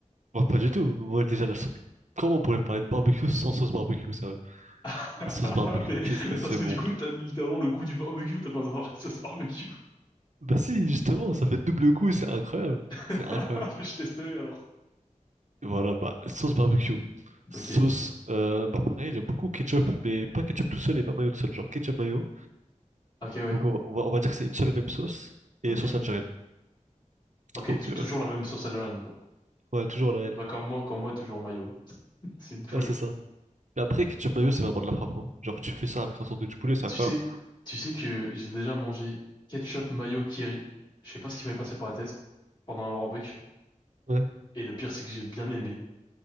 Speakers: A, on the right; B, on the left.
A: moi, pas du tout. Moi, déjà, la sauce. Comment on pourrait parler de barbecue sans sauce barbecue, sérieux?
B: <laughs>
A: La sauce barbecue,
B: mais,
A: qu'est-ce que
B: mais
A: c'est
B: parce que
A: bon.
B: du coup, t'as littéralement le goût du barbecue, t'as pas besoin d'avoir une sauce barbecue.
A: Bah si, justement, ça fait double coup, c'est incroyable.
B: <laughs>
A: C'est incroyable.
B: Mais je testerai alors.
A: Et voilà, bah, sauce barbecue. Sauce,
B: Ok.
A: euh, bah pareil, j'aime beaucoup ketchup, mais pas ketchup tout seul et pas mayo tout seul, genre ketchup mayo.
B: Ok, ouais.
A: Donc on va, on va, on va dire que c'est une seule et même sauce,
B: Ok,
A: et sauce
B: oui.
A: algérienne.
B: Ok,
A: Donc
B: tu-
A: euh,
B: toujours la même sauce algérienne, quoi.
A: ouais, toujours la L.
B: Bah, comme moi, comme moi, toujours mayo. hein. <laughs> C'est une folie.
A: Ouais, c'est ça. Mais après, ketchup mayo, c'est vraiment de la frappe. hein. Genre tu fais ça avec un sandwich poulet, c'est
B: Tu
A: incroyable.
B: sais, tu sais que j'ai déjà mangé ketchup mayo kiri. Je sais pas ce qui m'est passé par la tête pendant un barbecue.
A: Ouais.
B: Et le pire, c'est que j'ai bien aimé.